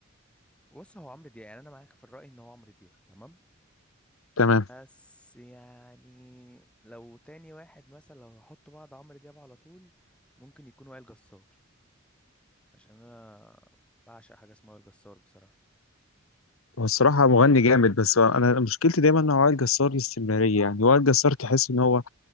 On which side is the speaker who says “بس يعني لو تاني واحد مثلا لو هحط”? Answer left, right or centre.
Centre